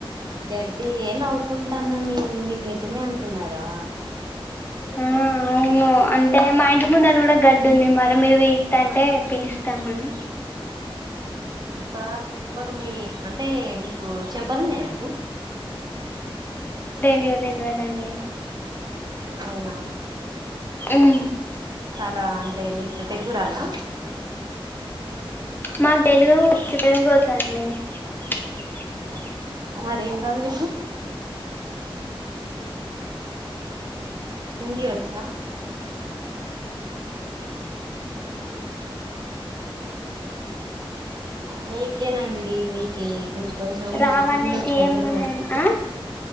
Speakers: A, on the right (about 45°); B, on the left (about 20°).
A: గడ్డి ఏ నవ్వుకుంటన్నం మీ మీర్ నిజమే అనుకున్నరా?
B: ఆ అవును అంటే మా ఇంటి ముందట గుడా గడ్డుంది మరి మీరు పీకుత అంటే పిలుస్ ద్దామని
A: అబ్బా చెంపలు మీ అంటే మీకు చెంపలున్నాయా అండి
B: ఇగ తెల్వదండి.
A: అవునా
B: మ్
A: దా అంటే మీకు తెలుగు రాదా?
B: మాకు తెలుగే వచ్చు <unintelligible>
A: మరేం రాదు నీకు? హిందీ వచ్చా? మీకేనండి మీకే మీరు కొంచం
B: రావనేటి
A: సిగ్నలకు దగ్గర్లో
B: ఏమున్నాయి ఆ